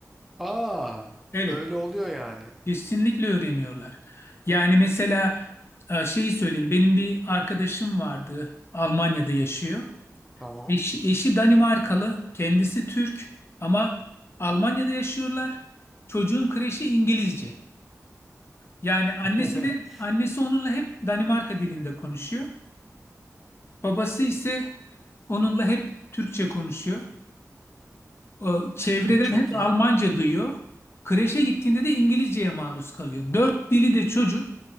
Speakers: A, in the centre; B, on the left (about 45°).
A: Aa,
B: Evet,
A: öyle oluyor yani.
B: kesinlikle öğreniyorlar. Yani mesela e, şeyi söyleyeyim benim bir arkadaşım vardı Almanya'da yaşıyor.
A: Tamam.
B: Eşi, eşi Danimarkalı, kendisi Türk ama Almanya'da yaşıyorlar. Çocuğun kreşi İngilizce. Yani
A: <laughs>
B: annesiyle annesi onunla hep Danimarka dilinde konuşuyor. Babası ise onunla hep Türkçe konuşuyor. O, çevreden
A: E, çok
B: hep
A: iyi.
B: Almanca duyuyor. Kreşe gittiğinde de İngilizceye maruz kalıyor. Dört dili de çocuk.